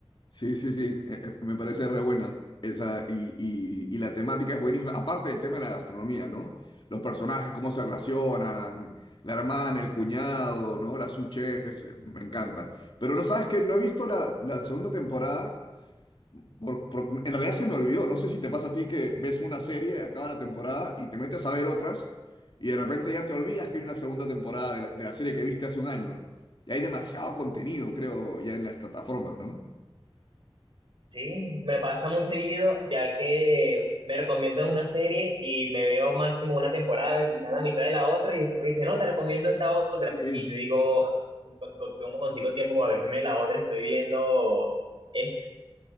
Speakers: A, on the left (about 55°); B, on the right (about 60°).
A: Sí, sí, sí, eh, eh, me parece re buena esa, y, y- y la temática es buenísima, aparte del tema de la gastronomía, ¿no? Los personajes, cómo se relacionan, la hermana, el cuñado, ¿no? La sous chef, es- me encanta. Pero no sabes que no he visto la, la segunda temporada, por- por- en realidad se me olvidó, no sé si te pasa a ti que ves una serie, acaba la temporada y te metes a ver otras y de repente ya te olvidas que hay una segunda temporada de la, de la serie que viste hace un año. Y hay demasiado contenido, creo, ya en las plataformas, ¿no?
B: Sí, me pasa muy seguido, ya que me recomiendan una serie y me veo máximo una temporada, quizás la mitad de la otra, y después me dicen, no, te recomiendo esta otra.
A: Sí.
B: Y yo digo, "Co- ¿cómo consigo tiempo para verme la otra si estoy viendo esta?